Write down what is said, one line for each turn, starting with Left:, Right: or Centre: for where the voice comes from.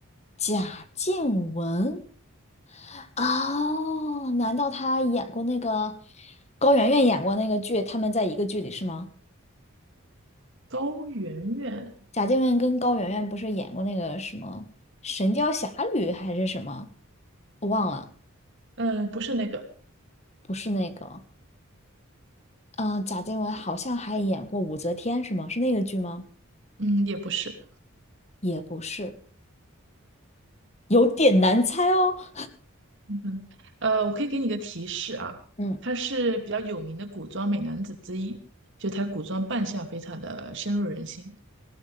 Left: 贾静雯。哦，难道他演过那个高圆圆演过那个剧？他们在一个剧里是吗？
Right: 高圆圆，
Left: 贾静雯跟高圆圆不是演过那个什么《神雕侠侣》还是什么，我忘了，
Right: 嗯，呃不是那个，
Left: 不是那个。嗯、贾静雯好像还演过武则天，是吗？是那个剧吗？
Right: 嗯，也不是，
Left: 也不是，有点难猜哦。<laughs>
Right: 嗯，呃，我可以给你个提示啊，
Left: 嗯，
Right: 他是比较有名的古装美男子之一，就他古装扮相非常的深入人心，